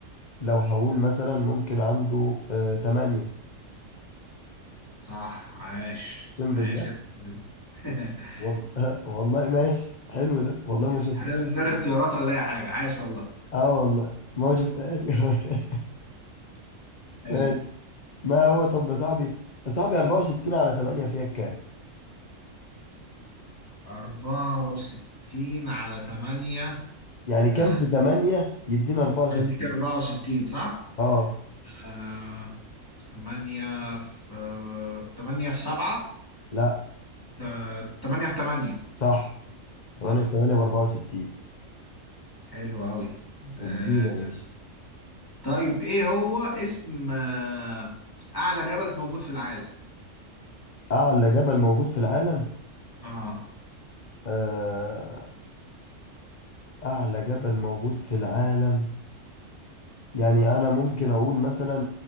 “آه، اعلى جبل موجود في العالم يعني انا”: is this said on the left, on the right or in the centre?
Left